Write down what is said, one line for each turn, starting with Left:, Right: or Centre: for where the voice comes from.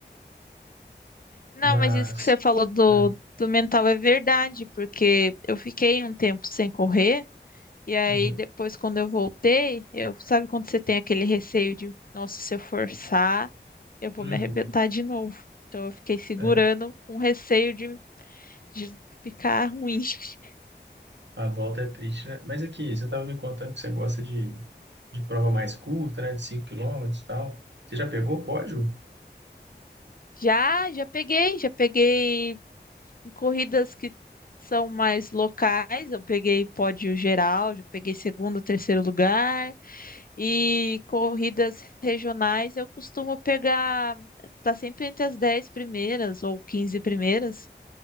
Left: Não,
Right: Mas.
Left: mas isso que você falou do,
Right: É,
Left: do mental é verdade, porque eu fiquei um tempo sem correr, e aí
Right: uhum,
Left: depois, quando eu voltei, eu sabe quando você tem aquele receio de, nossa, se eu forçar, eu vou
Right: uhum,
Left: me arrebentar de novo. Então eu fiquei segurando
Right: é,
Left: com receio de, de ficar ruim. <laughs>
Right: a volta é triste, né? Mas aqui, você estava me contando que você gosta de, de prova mais curta, né? De 5 quilômetros e tal. Você já pegou o pódio?
Left: Já, já peguei, já peguei em corridas que são mais locais, eu peguei pódio geral, já peguei segundo, terceiro lugar. E corridas regionais eu costumo pegar, tá sempre entre as 10 primeiras ou 15 primeiras.